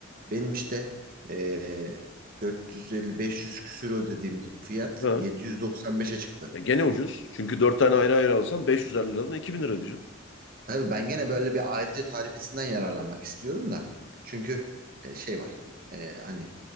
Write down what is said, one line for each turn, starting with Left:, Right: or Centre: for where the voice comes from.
Right: benim işte eee 450-500 küsür ödediğim bir fiyat
Left: Ha.
Right: 795'e çıktı.
Left: E, gene ucuz. Çünkü 4 tane ayrı ayrı alsan 550 liradan 2000 lira diyeceksin.
Right: Tabii ben gene böyle bir ayrıca tarifesinden yararlanmak istiyorum da. Çünkü e, şey var. E, hani